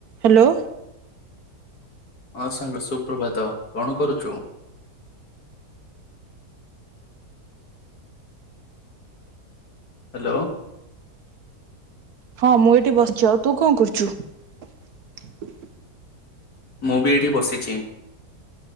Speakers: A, on the right; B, on the left.
A: Hello.
B: ହଁ ସାଙ୍ଗ ସୁପ୍ରଭାତ କଣ କରୁଛୁ? ହ୍ୟାଲୋ।
A: ହଁ ମୁଁ ଏଇଠି ବସିଛି ଆଉ ତୁ କଣ କରୁଛୁ?
B: ମୁଁ ବି ଏଇଠି ବସିଛି।